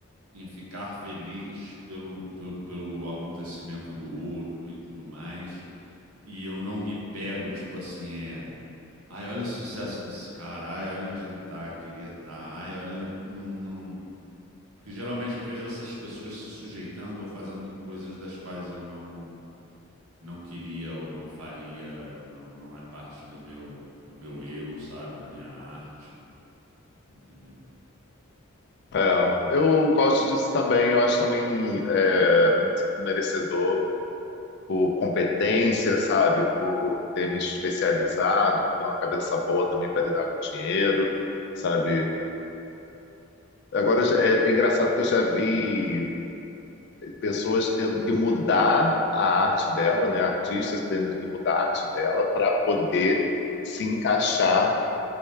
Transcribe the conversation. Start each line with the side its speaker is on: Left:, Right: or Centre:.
Right: em ficar feliz pelo, pelo, pelo acontecimento do outro e tudo mais. E eu não me pego, tipo assim, é. Ai, olha o sucesso desse cara. Ai, olha onde ele tá, queria estar. Ai, olha, não, não. Porque geralmente eu vejo essas pessoas se sujeitando ou fazendo coisas das quais eu não não queria ou não faria, não não é parte do meu do meu eu, sabe, da minha arte, entendeu?
Left: É, eu gosto disso também. Eu acho também é, me sinto merecedor por competência, sabe? Por ter me especializado, por ter uma cabeça boa também para lidar com dinheiro, sabe? Agora é, é engraçado que eu já vi pessoas tendo que mudar a arte dela, né? Artistas tendo que mudar a arte dela para poder se encaixar